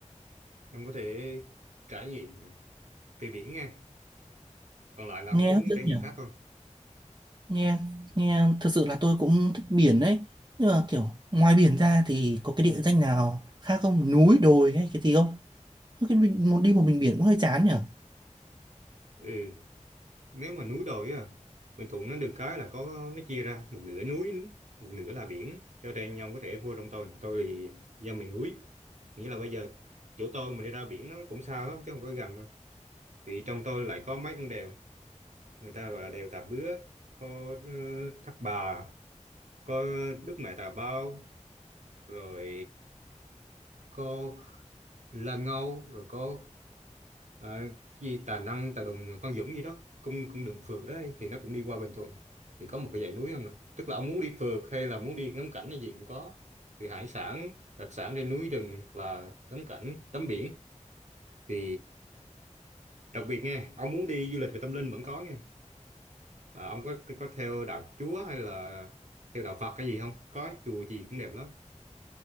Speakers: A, on the right; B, on the right.
A: ông có thể trải nghiệm về biển nha còn lại là
B: Nghe
A: ông có
B: hấp
A: muốn
B: dẫn
A: trải nghiệm
B: nhở?
A: khác không
B: Nghe nghe thực sự là tôi cũng thích biển đấy. Nhưng mà kiểu ngoài biển ra thì có cái địa danh nào khác không? Núi, đồi hay cái gì không? Ơ, Cái mình một đi một mình biển cũng hơi chán nhở
A: ừ nếu mà núi đồi á Bình Thuận nó được cái là có nó chia ra một nửa núi một nửa là biển cho nên nhau có thể vô trong tôi tôi thì dân miền núi nghĩa là bây giờ chỗ tôi mà đi ra biển nó cũng xa lắm chứ không phải gần đâu thì trong tôi lại có mấy con đèo người ta gọi là đèo Tà Bứa có ờ, Thác Bà có Đức Mẹ Tà Bao rồi có Lan Âu rồi có ờ, cái gì Tà Năng Tà Đùng Phan Dũng gì đó cung cung đường phượt đấy thì nó cũng đi qua Bình Thuận thì có một cái dãy núi không nè tức là ông muốn đi phượt hay là muốn đi ngắm cảnh hay gì cũng có thì hải sản đặc sản trên núi rừng là tắm cảnh tắm biển thì đặc biệt nha ông muốn đi du lịch về tâm linh vẫn có nha là ông có có theo đạo Chúa hay là theo đạo Phật cái gì không có chùa gì cũng đẹp lắm